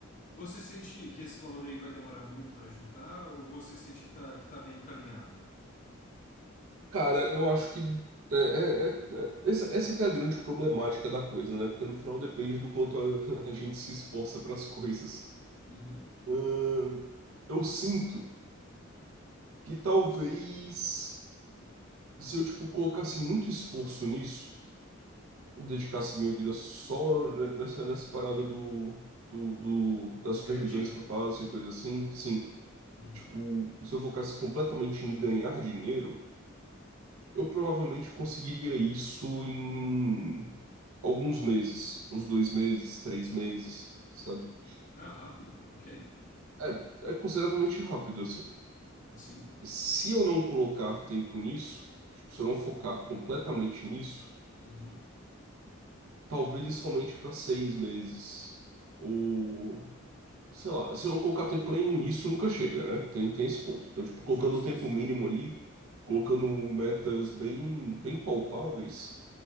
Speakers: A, on the left; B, on the right.
A: você sente que esse valor aí vai demorar muito para juntar, ou você sente que tá, que tá bem encaminhado?
B: Cara, eu acho que é, é- é- é- essa, essa que é a grande problemática da coisa, né? Porque no final depende do quanto a, <laughs> a gente se esforça para as coisas.
A: Uhum.
B: Ahn, eu sinto que talvez se eu, tipo, colocasse muito esforço nisso, dedicasse minha vida só nessa, nessa parada do, do, do- das supervisões
A: Ganhar dinheiro.
B: que eu faço e coisa assim, sim.
A: Uhum.
B: Tipo, se eu focasse completamente em ganhar dinheiro, eu provavelmente conseguiria isso em alguns meses, uns dois meses, três meses, sabe?
A: Ah, rápido, ok.
B: É, é consideravelmente rápido, assim.
A: Sim.
B: Se eu não colocar tempo nisso, tipo, se eu não focar completamente nisso,
A: Uhum.
B: talvez isso aumente para seis meses ou sei lá, se eu não colocar tempo nenhum nisso, nunca chega, né? Tem, tem esse ponto. Então, tipo, colocando
A: Justo,
B: o tempo
A: sim.
B: mínimo ali, colocando metas bem, bem palpáveis,